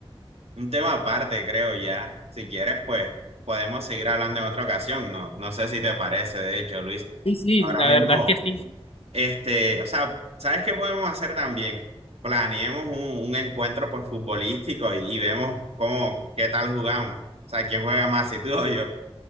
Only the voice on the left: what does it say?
Sí, sí,
la
verdad es que sí.